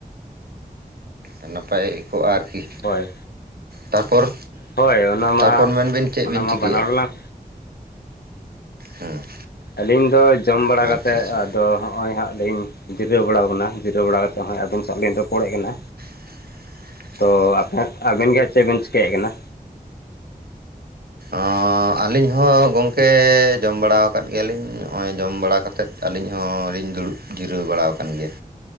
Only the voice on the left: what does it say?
ᱦᱳᱭ
ᱦᱳᱭ ᱚᱱᱟ
ᱢᱟ
ᱚᱱᱟ ᱢᱟ
ᱵᱟᱱᱟ ᱦᱚᱲ ᱞᱟᱝ
ᱟᱹᱞᱤᱧ ᱫᱚ ᱡᱚᱢ ᱵᱟᱲᱟ
ᱠᱟᱛᱮ
ᱟᱛ ᱫᱚ ᱦᱚᱜ-ᱚᱭ ᱦᱟᱸᱜ ᱞᱤᱧ ᱡᱤᱨᱟᱹᱣ ᱵᱟᱲᱟᱣ ᱟᱠᱟᱱᱟ ᱡᱤᱨᱟᱹᱣ ᱵᱟᱲᱟ ᱠᱟᱛᱮ ᱦᱟᱸᱜ ᱟᱹᱵᱤᱱ ᱥᱟᱶ ᱞᱤᱧ ᱨᱚᱯᱚᱲᱮᱫ ᱠᱟᱱᱟ
ᱛᱚ ᱟᱯᱦᱟᱜ ᱟᱵᱮᱱ ᱜᱮᱦᱟᱸᱜ ᱪᱮᱫ ᱵᱮᱱ ᱪᱤᱠᱟᱹᱭ ᱠᱟᱱᱟ